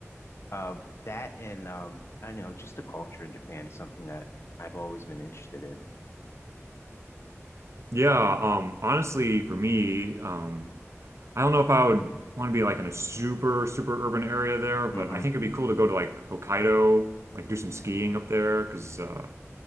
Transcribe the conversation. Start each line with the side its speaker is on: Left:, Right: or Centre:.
Left: Uh, that and um, I know just the culture in Japan is something that I've always been interested in.
Right: Yeah, um, honestly, for me, um, I don't know if I would want to be like in a super, super urban area there, but
Left: Mm-hmm.
Right: I think it'd be cool to go to like Hokkaido, like do some skiing up there, because uh,